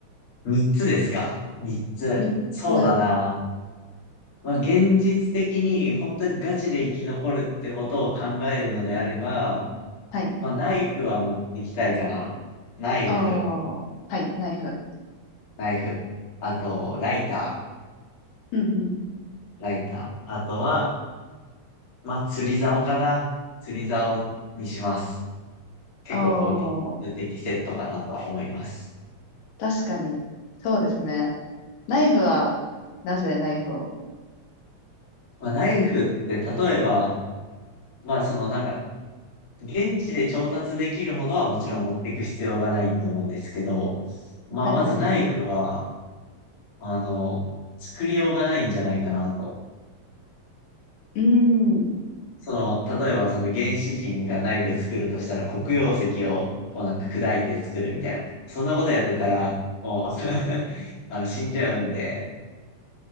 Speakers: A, on the left; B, on the left.
A: 三つですか。三つ。
B: 三つ。
A: そうだな。まあ、現実的に本当にガチで生き残るってことを考えるのであれば、
B: はい。
A: まあ、ナイフは持ってきたいかな。ナイフ、
B: おー。はい。ナイフ。
A: ナイフ。あと、ライタ
B: うんうん。
A: ー、ライター。あとは、まあ、釣り竿かな。釣り竿にします。結構こう、
B: お
A: 現実的セットかなと思います。
B: ー。確かに。そうですね。ナイフは、なぜナイフを。
A: まあ、ナイフって例えば、まあ、そのなんか、現地で調達できるものはもちろん持っていく必要がないと思うんですけど、まあ、
B: はいはい。
A: まずナイフは、
B: う
A: あの、作りようがないんじゃないかなと。
B: ーん。
A: その、例えばその原始人がナイフ作るとしたら黒曜石をこうなんか砕いて作るみたいな。そんなことやってたら、もう <laughs> あの、死んじゃうんで、